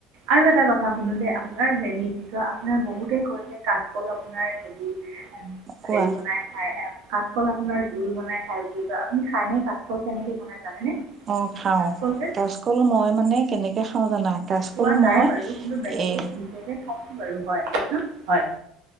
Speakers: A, on the right; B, on the right.
A: আৰু এটা কথা সোধোঁ দে আপোনাৰ হেৰি কি ক আপোনাৰ বহুতে কৈছে কাচকল আপোনাৰ হেৰি
B: কোৱা
A: হেৰি বনাই খাই কাচকল আপোনাৰ জোল বনাই খাই বুলি কোৱা আপুনি খাইনে কাচকল তেনেকে বনাই। জানেনে
B: অ' খাওঁ,
A: কাচকল যে
B: কাচকল মই মানে কেনেকে কেনেকে খাওঁ জানা কাচকল
A: খোৱা নাই
B: মই
A: বাৰু কিন্তু বেলেগে
B: এই
A: দিছে যে বাৰু হয়, কওঁকচোন হয়।